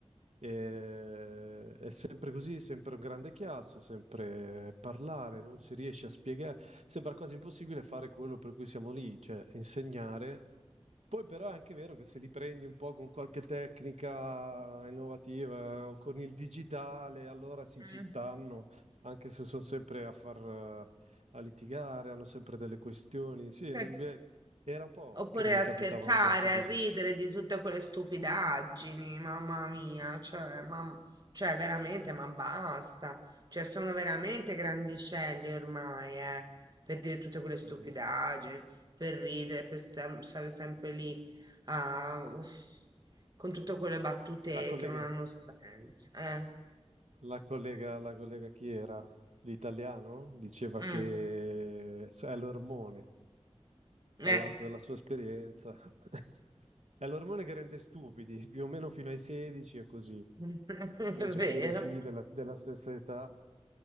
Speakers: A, on the right (about 80°); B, on the right (about 40°).
A: E- è sempre così, sempre un grande chiasso, sempre parlare, non si riesce a spiegare. Sembra quasi impossibile fare quello per cui siamo lì, cioè insegnare Poi però è anche vero che se li prendi un po' con qualche tecnica innovativa eh, o con il digitale, allora sì,
B: Mm.
A: ci stanno, anche se sono sempre a far, eh, a litigare, hanno sempre delle questioni.
B: Se-
A: Sì, non- beh, era un po'
B: Oppure
A: che non mi
B: a
A: capitava
B: scherzare,
A: una classe così.
B: a ridere di tutte quelle stupidaggini, mamma mia, cioè, ma, cioè veramente, ma basta. Cioè, sono veramente grandicelli ormai, eh, per dire tutte quelle stupidaggini,
A: Mhm.
B: per ridere, per sem- stare sempre lì, a- uff, con tutte quelle battute
A: La collega,
B: che non hanno senso, eh.
A: la collega, la collega chi era? L'italiano? Diceva
B: Mm,
A: che è l'ormone.
B: eh.
A: dall'alto della sua esperienza. <laughs> È l'ormone che rende stupidi, più o meno fino ai 16 è così.
B: <laughs>
A: Lei
B: È
A: c'ha
B: vero,
A: pure dei figli della, della stessa età.